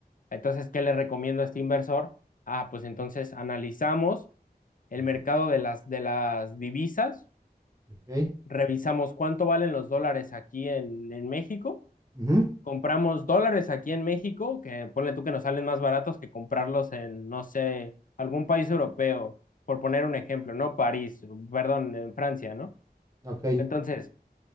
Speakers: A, on the left; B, on the right.
A: Entonces, ¿qué le recomiendo a este inversor? Ah, pues entonces analizamos el
B: Ujú,
A: mercado de las, de las divisas,
B: Ok,
A: revisamos cuánto valen los dólares aquí en, en México,
B: ujú,
A: compramos dólares aquí en México, que ponle tú que nos salen más baratos que comprarlos en, no sé, algún país europeo, por poner un ejemplo, ¿no? París, perdón, en Francia, ¿no?
B: ok.
A: Entonces,